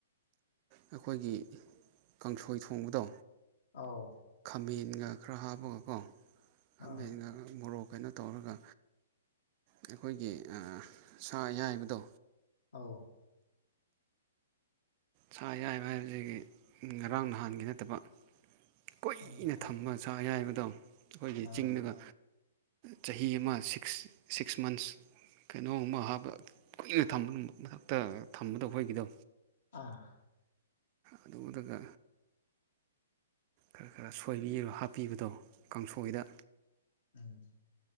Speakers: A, on the right (about 35°); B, on the left (about 65°).
A: ꯑꯩꯈꯣꯏꯒꯤ ꯀꯥꯡꯁꯣꯏ ꯊꯣꯡꯕꯗꯣ
B: ꯑꯧ
A: ꯃꯦꯟꯒ ꯈꯔ ꯍꯥꯞꯄꯒꯀꯣ ꯈꯃꯦꯟꯒ
B: ꯑꯥ
A: ꯈ ꯃꯣꯔꯣꯛ ꯀꯩꯅꯣ ꯇꯧꯔꯒ ꯑꯩꯈꯣꯏꯒꯤ ꯁꯥ ꯑꯌꯥꯏꯕꯗꯣ
B: ꯑꯥꯎ
A: ꯁꯥ ꯌꯥꯏꯕ ꯍꯥꯏꯕꯁꯤꯒꯤ ꯉꯔꯥꯡ ꯅꯍꯥꯟꯒꯤ ꯅꯠꯇꯕ ꯀꯨꯏꯅ
B: ꯑꯥ ꯈꯔ
A: ꯊꯝꯕ ꯆꯥꯛ ꯑꯌꯥꯏꯕꯗꯣ ꯑꯩꯈꯣꯏꯒꯤ
B: ꯑꯥ
A: ꯆꯤꯡꯗꯒ ꯆꯍꯤ ꯑꯃ ꯁꯤꯛꯁ ꯁꯤꯛꯁ ꯃꯟꯁ ꯀꯩꯅꯣꯒꯝꯃ ꯍꯥꯞꯄ ꯀꯨꯏꯅ ꯊꯝꯕ ꯃꯊꯛꯇ ꯊꯝꯕꯗꯣ ꯑꯩꯈꯣꯏꯒꯤꯗꯣ
B: ꯑꯥ
A: ꯑꯗꯨꯗꯨꯒ ꯈꯔ ꯈꯔ ꯁꯣꯏꯕꯤꯔꯣ ꯍꯥꯞꯄꯤꯕꯗꯣ ꯀꯥꯡꯁꯣꯏꯗ
B: ꯎꯝ